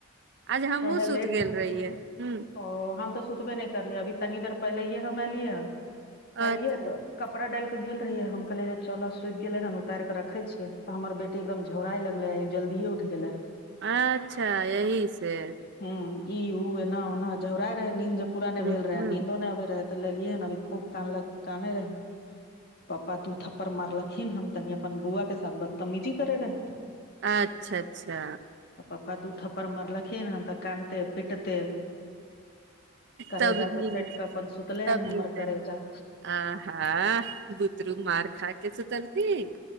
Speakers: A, on the right; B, on the left.
A: आज हमहुँ
B: ओहे लेट
A: सुत गेल रहियै हम्म
B: ओ हम तऽ सुतबे नय करलियै अभी तनी देर पहिलैये हम एलियै
A: अच्छा
B: एलियै तऽ कपड़ा डाइल के गेल रहियै हम कहले जे चल सुखि गेले हन उतार के रखे छियै त हमर बे टी एकदम झोराइ लगलेै जलदिए उठ गेले रे
A: अच्छा यही से।
B: हम्म ई उ एना ओना झौराइ रहै नींद जे पूरा नय
A: हूँ
B: भेल रहे
A: हूँ
B: नीन्दो नय आबे रहे तऽ लेलियै हन अभी खूब कानलक काने रहै। पप्पा तू थप्पड़ मारलखिन हन तनि अपन बौआ के साथ बदतमीजी करै रहै
A: अच्छा अच्छा
B: तऽ पप्पा दू थप्पड़ मरलखिन हन तऽ कानिते पिटते करेजा
A: तब नींद
B: से सटि कऽ अपन सुतले
A: तब
B: हन हमर
A: नीन्द
B: करेजा
A: आ हा बूतरू मार खा क सुतलखिन।